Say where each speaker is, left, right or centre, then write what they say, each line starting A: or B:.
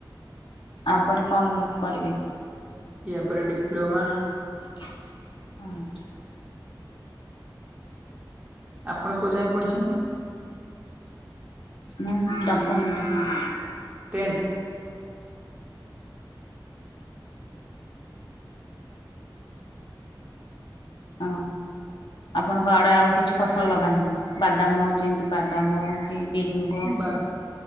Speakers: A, on the left (about 75°); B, on the right (about 15°).
A: ଆପରେ କଣ କରିବେ କି?
B: ଇୟା ପରେ ଡିପ୍ଲୋମା।
A: <inaudible>
B: ଆପଣ କୋଉ ଯାଏଁ ପଢିଛନ୍ତି?
A: ମୁଁ ଦଶମ <unintelligible>
B: ଟେନ୍ଥ।
A: ହଁ ଆପଣଙ୍କ ଆଡ଼େ ଆଉ କିଛି ଫସଲ ଲଗାନ୍ତିନି ବାଦାମ ଯେମିତି ବାଦାମ। କି ବିରି, ମୁଗ।
B: ବା